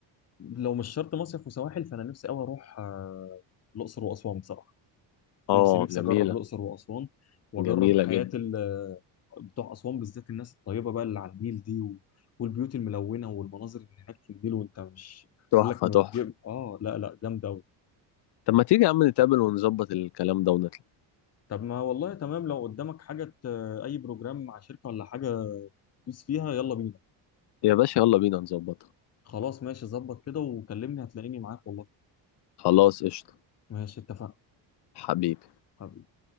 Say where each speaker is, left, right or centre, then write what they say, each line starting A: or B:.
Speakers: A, on the left; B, on the left.
A: لو مش شرط مصيف وسواحل فانا نفسي قوي اروح آه، الاقصر واسوان بصراحه
B: اه
A: نفسي نفسي
B: جميله
A: اجرب الاقصر واسوان واجرب
B: جميله
A: حياه
B: جدا
A: ال- آه، بتوع اسوان بالذات الناس الطيبه بقى اللي على النيل دي و... والبيوت الملونه والمناظر اللي هناك في النيل وانت مش
B: تحفه
A: بقول لك ما
B: تحفه
A: بتجيب اه لا لا جامده قوي
B: طب ما تيجي يا عم نتقابل ونظبط الكلام ده ونطلع
A: طب ما والله تمام لو قدامك حاجه آه، اي بروجرام مع شركه ولا حاجه تدوس فيها يلا بينا
B: يا باشا يلا بينا نظبطها
A: خلاص ماشي ظبط كده وكلمني هتلاقيني معاك والله
B: خلاص قشطه
A: ماشي اتفقنا
B: حبيبي
A: حبيبي